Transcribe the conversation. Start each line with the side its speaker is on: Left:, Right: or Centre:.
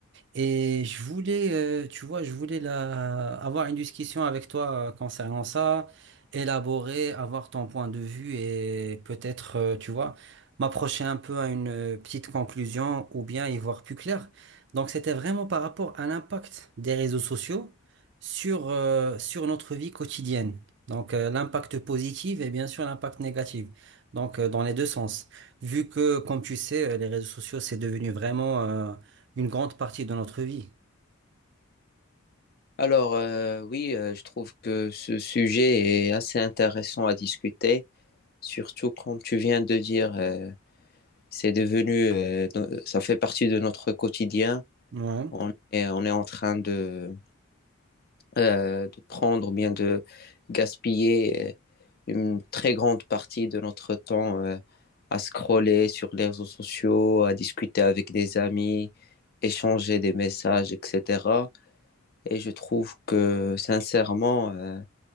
Right: Et je voulais, euh, tu vois, je voulais la- avoir une discussion avec toi euh, concernant ça, élaborer, avoir ton point de vue et peut-être, euh, tu vois, m'approcher un peu à une euh, petite conclusion ou bien y voir plus clair. Donc, c'était vraiment par rapport à l'impact des réseaux sociaux sur, euh, sur notre vie quotidienne. Donc, euh, l'impact positif et bien sûr l'impact négatif. Donc, euh, dans les deux sens. Vu que, comme tu sais, euh, les réseaux sociaux, c'est devenu vraiment... euh, une grande partie de notre vie.
Left: Alors, euh, oui, euh, je trouve que ce sujet est assez intéressant à discuter, surtout comme tu viens de dire, euh, c'est devenu, euh, no- euh, ça fait partie de notre quotidien.
Right: Ouais,
Left: On est, on est en train de, euh, de prendre ou bien de gaspiller euh, une très grande partie de notre temps euh, à scroller sur les réseaux sociaux, à discuter avec des amis, échanger des messages, etc. Et je trouve que sincèrement, euh,